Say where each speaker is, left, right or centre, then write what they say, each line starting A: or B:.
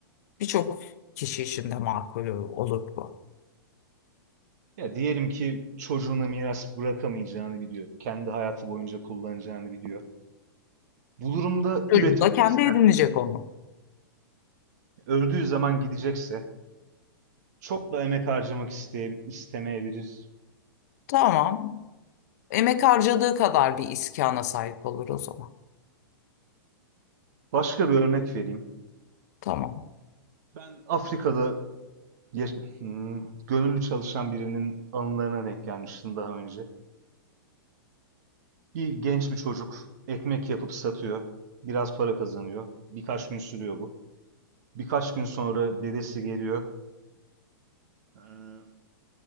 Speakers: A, on the left; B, on the right.
A: Birçok kişi için de makul olur bu.
B: Ya diyelim ki çocuğuna miras bırakamayacağını biliyor. Kendi hayatı boyunca kullanacağını biliyor. Bu durumda
A: Çocuğu
B: üretmek
A: da kendi
B: ister.
A: edinecek onu.
B: Öldüğü zaman gidecekse çok da emek harcamak isteye, istemeyebilir.
A: Tamam. Emek harcadığı kadar bir iskana sahip olur o zaman.
B: Başka bir örnek vereyim.
A: Tamam.
B: Ben Afrika'da yaş- hmm, gönüllü çalışan birinin anılarına denk gelmiştim daha önce. Bir genç bir çocuk ekmek yapıp satıyor. Biraz para kazanıyor. Birkaç gün sürüyor bu. Birkaç gün sonra dedesi geliyor. Ee,